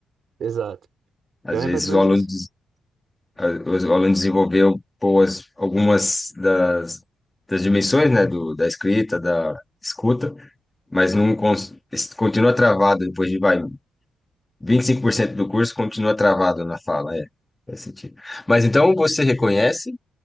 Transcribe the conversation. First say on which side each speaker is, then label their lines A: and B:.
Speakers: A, on the right; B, on the left.
A: Então, exato.
B: Às
A: Então é
B: vezes
A: mais ou menos
B: o aluno,
A: isso.
B: des- a- o aluno desenvolveu boas, algumas das, das dimensões, né, do, da escrita, da escuta, mas não cons- es- continua travado depois de, vai, 25% do curso continua travado na fala, é, faz sentido. Mas então você reconhece